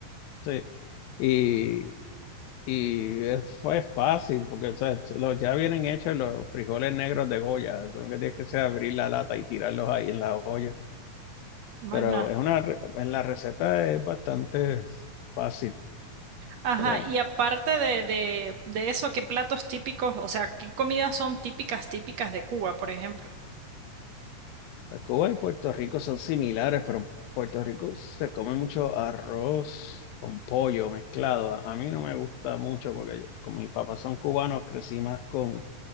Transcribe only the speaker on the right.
más
nada.
Ajá,
y aparte de, de, de eso, ¿qué platos típicos, o sea, qué comidas son típicas, típicas de Cuba, por ejemplo?